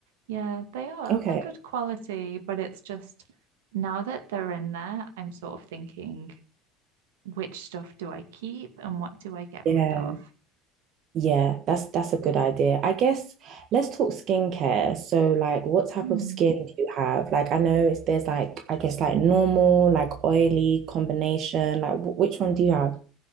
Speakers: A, on the right (about 75°); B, on the right (about 50°).
A: Yeah, they are.
B: Okay.
A: They're good quality, but it's just now that they're in there, I'm sort of thinking, which stuff do I keep and what do I get
B: Yeah.
A: rid of?
B: Yeah, that's that's a good idea. I guess let's talk skincare. So like what type
A: Hmm.
B: of skin do you have? Like I know it's, there's like I guess like normal, like oily combination. Like wh- which one do you have?